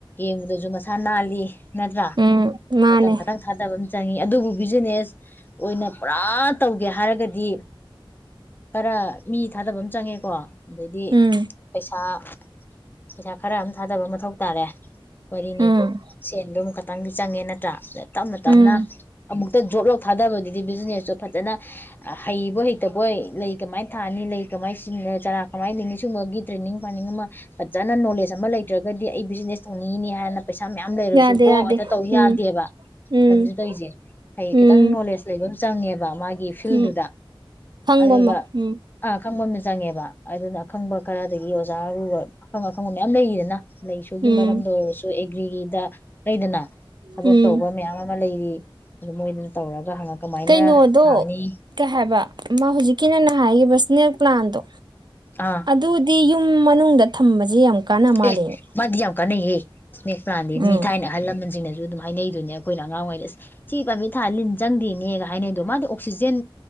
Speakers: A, on the left; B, on the right.
A: ꯌꯦꯡꯕꯗꯁꯨ ꯃꯁꯥ ꯅꯥꯜꯂꯤ ꯅꯠꯇ꯭ꯔ
B: ꯎꯝ ꯃꯥꯅꯦ
A: ꯃꯇꯝ ꯈꯇꯪ ꯊꯥꯗꯕ ꯆꯪꯉꯤ ꯑꯗꯨꯕꯨ ꯕꯤꯖꯤꯅꯦꯁ ꯑꯣꯏꯅ ꯄꯨꯔꯥ ꯇꯧꯒꯦ ꯍꯥꯏꯔꯒꯗꯤ ꯈꯔ ꯃꯤ ꯊꯥꯗꯕꯝꯃ ꯆꯪꯉꯦꯀꯣ ꯑꯗꯩꯗꯤ
B: ꯎꯝ
A: ꯄꯩꯁꯥ ꯄꯩꯁꯥ ꯄꯩꯁꯥ ꯈꯔ ꯑꯃ ꯊꯥꯗꯕ ꯃꯊꯧ ꯇꯥꯔꯦ ꯋꯥꯔꯤꯅꯤ
B: ꯎꯝ
A: ꯁꯦꯟꯗꯣ ꯑꯃꯛ ꯈꯇꯪ ꯆꯪꯉꯦ ꯅꯠꯇ꯭ꯔ ꯇꯞꯅ ꯇꯞꯅ
B: ꯎꯝ
A: ꯑꯃꯨꯛꯇ ꯖꯣꯠ ꯂꯧ ꯊꯥꯗꯕꯗꯤ ꯍꯥꯏꯗꯤ ꯕꯤꯖꯤꯅꯦꯁꯇꯣ ꯐꯖꯅ ꯍꯩꯕꯣꯏ ꯍꯩꯇꯕꯣꯏ ꯂꯩ ꯀꯃꯥꯏꯅ ꯊꯥꯅꯤ ꯂꯩ ꯀꯃꯥꯏ ꯆꯔꯥ ꯀꯃꯥꯏꯅ ꯂꯩꯅꯤ ꯁꯨꯝꯕꯒꯤ ꯇ꯭ꯔꯦꯅꯤꯡ ꯄ꯭ꯂꯥꯅꯤꯡ ꯑꯃ ꯐꯖꯅ ꯅꯣꯂꯦꯖ ꯑꯃ ꯂꯩꯇ꯭ꯔꯒꯗꯤ ꯑꯩ ꯕꯤꯖꯤꯅꯦꯁ ꯇꯧ ꯪꯅꯤ ꯍꯥꯏꯅ ꯄꯩꯁꯥ ꯃꯌꯥꯝ ꯂꯩꯔꯁꯨ
B: ꯌꯥꯗꯦ
A: ꯀꯣꯛ
B: ꯌꯥꯗꯦ
A: ꯍꯦꯛꯇ ꯇꯧ ꯌꯥꯗꯦꯕ
B: ꯎꯝ ꯎꯝ
A: ꯃꯇꯝꯁꯤꯗ ꯇꯧꯔꯤꯁꯦ ꯍ
B: ꯎꯝ
A: ꯈꯤꯇꯪ ꯅꯣꯂꯦꯖ ꯂꯩ ꯆꯪ ꯉꯦꯕ ꯃꯥꯒꯤ ꯐꯤꯜꯗꯨꯗ
B: ꯎꯝ ꯈꯪꯕ
A: ꯑꯗꯨꯒ
B: ꯑꯃ ꯎꯝ
A: ꯑ ꯈꯪꯕ ꯑꯃ ꯆꯪꯉꯦꯕ ꯑꯗꯨꯅ ꯑꯈꯪꯕ ꯈꯔꯗꯒꯤ ꯑꯣꯖꯥ ꯑꯔꯨꯕ ꯑꯈꯪ ꯑꯈꯪꯕ ꯃꯌꯥꯝ ꯂꯩꯔꯤꯗꯅ ꯂꯩꯁꯨꯒꯤ
B: ꯎꯝ
A: ꯃꯔꯝꯗ ꯑꯣꯏꯔꯁꯨ ꯑꯦꯒꯔ꯭ꯤ ꯒꯤꯗ ꯂꯩꯗꯅ ꯊꯕꯛ
B: ꯎꯝ
A: ꯇꯧꯕ ꯃꯌꯥꯝ ꯑꯃ ꯂꯩꯔꯤ ꯑ ꯃꯣꯏꯗꯅ ꯇꯧꯔꯒ ꯍꯪꯉ ꯀꯃꯥꯏꯅ
B: ꯀꯩꯅꯣꯗꯣ
A: ꯊꯥꯅꯤ
B: ꯀꯩ ꯍꯥꯏꯕ ꯃꯥ ꯍꯧꯖꯤꯛꯀꯤꯅ ꯍꯥꯏꯒꯤ ꯁ꯭ꯅꯦꯛ ꯄ꯭ꯂꯥꯟ ꯇꯣ
A: ꯑꯥ
B: ꯑꯗꯨꯗꯤ ꯌꯨꯝ ꯃꯅꯨꯡꯗ ꯊꯝꯕꯁꯤ ꯌꯥꯝ ꯀꯥꯟꯅ ꯃꯥꯜꯂꯦꯅꯦ
A: ꯑꯦ ꯃꯥꯗꯤ ꯌꯥꯝ ꯀꯥꯟꯅꯩꯍꯦ ꯁ꯭ꯅꯦꯛ ꯄ꯭ꯂꯥꯟꯗꯤ
B: ꯎꯝ
A: ꯃꯤ ꯊꯥꯏꯅ ꯑꯍꯜ ꯂꯃꯟꯁꯤꯡꯅꯁꯨ ꯑꯗꯨꯝ ꯍꯥꯏꯅꯩꯗꯨꯅꯦ ꯑꯩꯈꯣꯏꯅ ꯑꯉꯥꯡ ꯑꯣꯏꯔꯤꯉꯩꯑꯁ ꯁꯤ ꯄꯥꯝꯕꯤ ꯊꯥ ꯂꯤꯟ ꯆꯪꯗꯦꯅꯦꯒ ꯍꯥꯏꯅꯩꯗꯣ ꯃꯥꯗꯤ ꯑꯣꯛꯁꯤꯖꯦꯟ